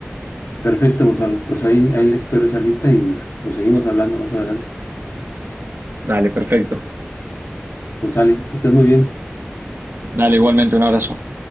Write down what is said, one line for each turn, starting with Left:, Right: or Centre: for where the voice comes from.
Left: perfecto, Gonzalo. Pues ahí, ahí les espero esa lista y pues seguimos hablando más adelante.
Right: Dale, perfecto.
Left: Pues sale, que estés muy bien.
Right: Dale, igualmente un abrazo.